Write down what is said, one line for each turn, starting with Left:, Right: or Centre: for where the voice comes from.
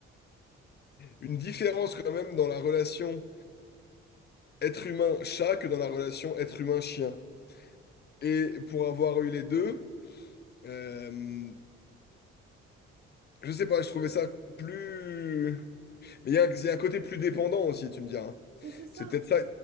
Left: une différence quand même dans la relation être humain-chat que dans la relation être humain-chien. Et pour avoir eu les deux, euh, je sais pas, je trouvais ça plus... Mais il y a, un il y a un côté plus dépendant aussi, tu me diras. hein.
Right: Mais c'est ça.
Left: C'est peut-être ça,